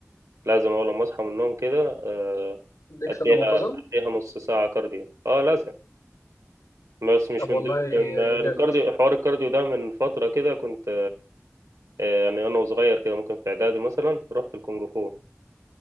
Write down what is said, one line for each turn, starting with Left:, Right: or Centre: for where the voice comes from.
Right: لازم أول ما أصحى من النوم كده آه،
Left: اديك
Right: أديها
Left: سنه منتظم
Right: أديها نص ساعة كارديو أه لازم بس مش
Left: طب
Right: من
Left: والله
Right: دول من آه، الكارديو
Left: جامد
Right: حوار الكارديو ده من فترة كده كنت آه، يعني أنا وصغير كده ممكن في إعدادي مثلا رحت الكونغ فو